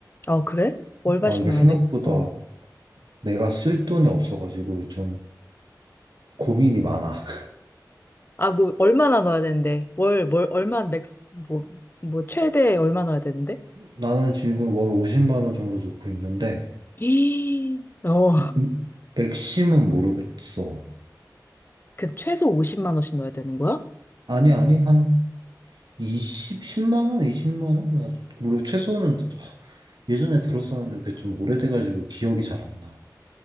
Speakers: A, on the left; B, on the right.
A: 아, 그래? 월바씩
B: 어, 이게
A: 넣어야
B: 생각보다
A: 돼? 어.
B: 내가 쓸 돈이 없어가지고 좀 고민이 많아. <laughs>
A: 아, 뭐, 얼마나 넣어야 되는데? 월, 뭘, 얼마, 맥스, 뭐, 뭐, 최대 얼마 넣어야 되는데?
B: 나는 지금 월 50만 원 정도 넣고 있는데,
A: 이, 어,
B: 음, 맥심은 모르겠어.
A: 그럼 최소 50만 원씩 넣어야 되는 거야?
B: 아니, 아니, 한 20, 10만 원, 20만 원? 나 물론 최소는, 아, 예전에 들었었는데 그게 좀 오래돼가지고 기억이 잘 안 나.